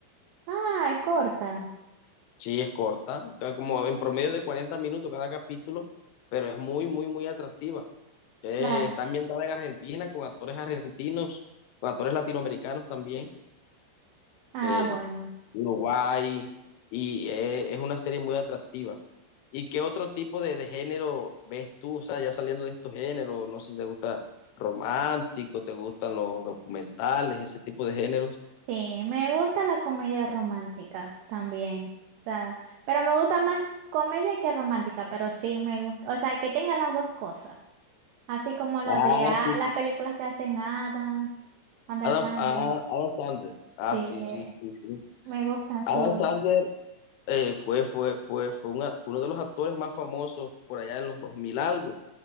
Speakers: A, on the right; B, on the left.
A: Ah, es corta.
B: Sí, es corta, ca- como en promedio de 40 minutos cada capítulo, pero es muy, muy, muy atractiva. Eh,
A: La,
B: está ambientada en Argentina con actores argentinos, con actores latinoamericanos también,
A: ah,
B: eh,
A: bueno.
B: Uruguay, y eh, es una serie muy atractiva. ¿Y qué otro tipo de, de género ves tú? O sea, ya saliendo de estos géneros, no sé si te gusta romántico, te gustan los documentales, ese tipo de géneros.
A: Sí, me gusta la comedia romántica también. O sea, pero me gusta más comedia que romántica, pero sí me gusta, o sea, que tenga las dos cosas. Así como la
B: Ah,
A: de A-
B: sí.
A: las películas que hacen Adam, Adam
B: Adam,
A: Sandler.
B: ah, Adam Sandler. Ah,
A: Sí,
B: sí,
A: eh,
B: sí, sí, sí.
A: me gustan sus.
B: Adam Sandler eh, fue, fue, fue, fue, una- fue uno de los actores más famosos por allá en los 2000 algo.